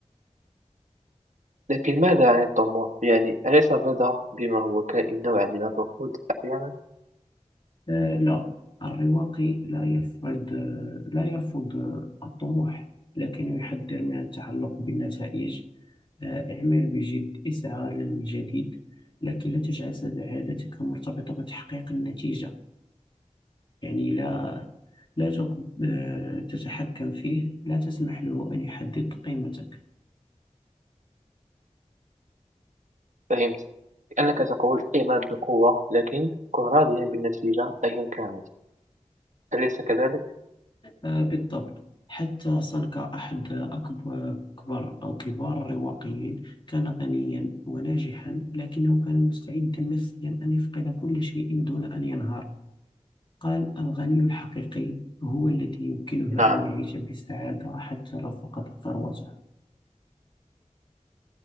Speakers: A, on the right (about 85°); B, on the left (about 40°).
A: لكن ماذا عن الطموح؟ يعني أليس الرضا بما هو كائن نوعا من الركود أحيانا؟
B: آه، لا الرواقي لا يفرض آه، لا يرفض آه، الطموح لكنه يحذر من التعلق بالنتائج آه، اعمل بجد اسعى للجديد لكن لا تجعل سعادتك مرتبطة بتحقيق النتيجة يعني لا لا تك- آه، تتحكم فيه لا تسمح له أن يحدد قيمتك
A: فهمت لأنك تقول اعمل بقوة لكن كن راضيا بالنتيجة أيا كانت أليس كذلك؟
B: آه، بالضبط حتى سانكا أحد أكبر كبار أو كبار الرواقيين كان غنيا وناجحا لكنه كان مستعدا نفسيا أن يفقد كل شيء دون أن ينهار قال الغني الحقيقي هو الذي يمكنه
A: نعم
B: أن يعيش بسعادة حتى لو فقد ثروته